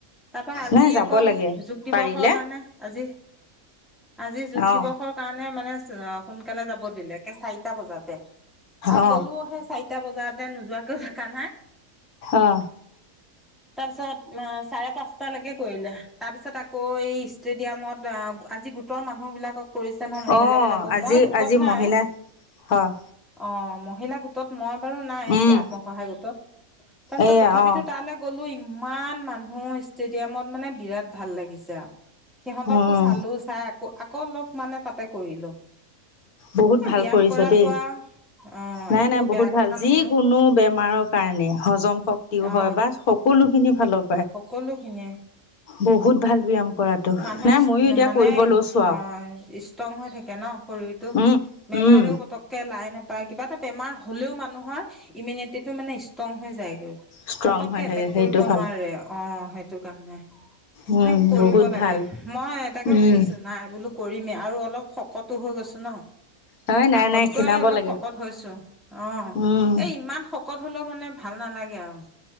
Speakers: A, in the centre; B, on the left (about 80°).
A: তাৰ পা আজি
B: নাই যাব
A: আকৌ
B: লাগে
A: যোগ দিৱসৰ
B: পাৰিলে
A: কাৰণে আজি। আজি যোগ দিৱসৰ
B: অ
A: কাৰণে মানে অ', সোনকালে যাব দিলে একে চাৰিটা বজাতে। আৰু
B: অ
A: গলো সেই চাৰিটা বজাতে নোযোৱাতৈ থকা নাই।
B: অ
A: তাৰ পিছত চাৰে পাঁচটালৈকে কৰিলে, তাৰ পিছত আকৌ এই ষ্টেডিয়ামত আজি গোটৰ মানুহ বিলাকক কৰিছে ন মহিলা
B: অ
A: বিলাকক
B: আজি
A: মই গোটত
B: আজি
A: নাই,
B: মহিলা হয়
A: অ'। মহিলা গোটত মই বাৰু নাই
B: উম
A: আত্মসহায় গোটত। তাৰপিছত
B: এইয়া
A: তথাপিতো
B: অ
A: তালৈ গ'লো ইমান মানুহ ষ্টেডিয়ামত মানে বিৰাট ভাল লাগিছে আৱ সিহঁতকো
B: উম
A: চালো চাই আকৌ আকৌ অলপ মানে তাতে কৰিলো।
B: বহুত
A: এ
B: ভাল
A: ব্যায়াম
B: কৰিছ
A: কৰাটো
B: দেই,
A: আৰু অ
B: নাই
A: একো
B: নাই
A: বেয়া
B: বহুত
A: কথা
B: ভাল যিকোনো
A: নহয়
B: বেমাৰৰ কাৰণে হজম শক্তিও
A: অ
B: হয় বা সকলোখিনি ফালৰ
A: সকলোখিনিয়ে
B: বহুত ভাল ব্যায়াম কৰাটো
A: মানুহ
B: নাই ময়ো এতিয়া
A: মানে
B: কৰিব
A: অ',
B: লৈছো আৰু
A: ষ্ট্ৰং হৈ থাকে ন শৰীৰটো।
B: উম
A: বেমাৰেও
B: উম
A: পতকে লাই নোপায়, কিবা এটা বেমাৰ হলেও মানুহৰ ইমিউনিটিটো মানে ষ্ট্ৰং হৈ যায়গৈ।
B: ষ্ট্ৰং
A: পতককে
B: হৈ
A: এটেক
B: থাকে সেইটো
A: কৰিব
B: ভাল
A: নোৱাৰে অ', সেইটো কাৰণে
B: উম
A: মানে কৰিব
B: বহুত
A: লাগে।
B: ভাল
A: মই এ তাকে
B: উম
A: ভাবিছো নাই বোলো কৰিমেই আৰু অলপ শকতো হৈ গৈছো ন।
B: হয় নাই
A: আগতকৈ
B: নাই খীণাব
A: অলপ
B: লাগে
A: শকত হৈছো অ',
B: উম
A: এ ইমান শকত হলেও মানে ভাল নালাগে আৰু।